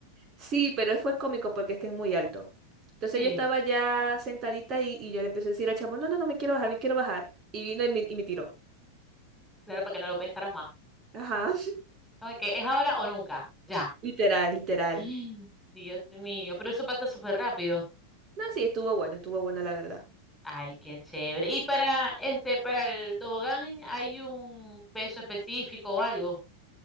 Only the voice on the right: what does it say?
Sí, pero fue cómico porque es que es muy alto. Entonces
yo estaba ya sentadita ahí y yo le empecé a decir al chamo, no, no, no, me quiero bajar, me quiero bajar. Y vino y me, y me tiró.
Ajá,
<laughs> literal, literal.
No, sí, estuvo bueno, estuvo bueno la verdad.